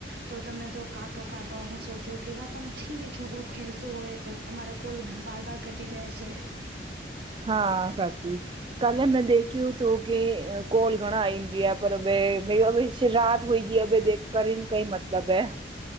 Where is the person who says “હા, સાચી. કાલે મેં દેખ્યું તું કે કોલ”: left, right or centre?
Right